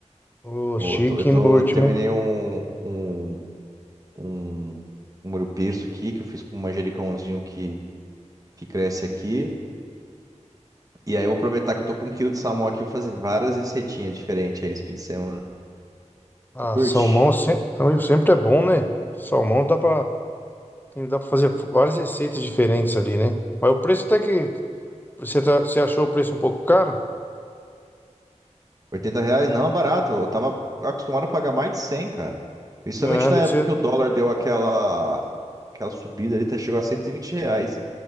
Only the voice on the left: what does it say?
O
chique
no último,
hein?
Ah,
salmão sempre, sempre é bom, né? Salmão dá pra, tem, dá pra fazer várias receitas diferentes ali, né? Mas o preço até que. Você, tá, você achou o preço um pouco caro?
Ah,
deve
ser.